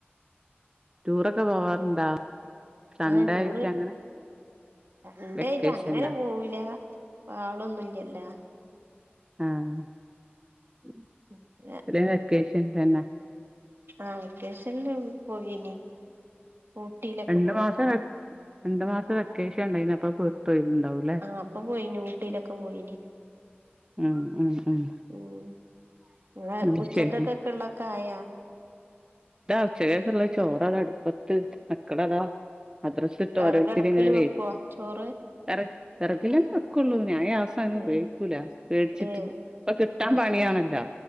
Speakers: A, on the right; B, on the right.
A: ടൂറൊക്കെ പോവാറുണ്ടോ സൺഡേ
B: ആഹ് ടൂറ്
A: ആയിട്ട് അങ്ങനെ
B: അ ണ്ടായിറ്റ്
A: വെക്കേഷൻല്ല
B: അങ്ങനെ പോവൂല ആളൊന്നുല്ല്യല്ലാ?
A: ആഹ് <unintelligible>
B: പിന്നെ
A: വെക്കേഷൻ തന്നെ
B: ആഹ് വെക്കേഷല്ല് പോയിനി. ഊട്ടിയിലൊക്കെ
A: രണ്ട്
B: പോയിനി
A: മാസ രണ്ട് മാസ വെക്കേഷ ണ്ടായിനപ്പ പോര്തോയിണ്ടാവു
B: ആഹ് അപ്പൊ പോയീനു ഊട്ടിലൊക്കെ പോയീനി.
A: ഉം ഉം ഉം
B: ഉം ങ്‌ളെ
A: ഉം
B: ഉച്ചക്കൊക്കൊക്കെ
A: ശരി
B: ള്ളക്കായാ?
A: താ ഉച്ചക്കേക്ക്ള്ള ചോറത അട്പ്പ മക്കളതാ മദ്രസ ട്ട്
B: വിറകടുപ്പിൽ
A: ഓരോര്ത്തര് ങ്ങനെ വെര്
B: വെക്കുവോ ചോറ്
A: വെറക് വെറകിലെന്നെ വക്കുള്ളൂ ഞാന് ഗ്യാസങ്ങനെ
B: ഏ
A: ഉബയോഗിക്കൂല പേടിച്ചിട്ട്.
B: ഏ
A: ഇപ്പൊ കിട്ടാൻ പണിയാണല്ലോ.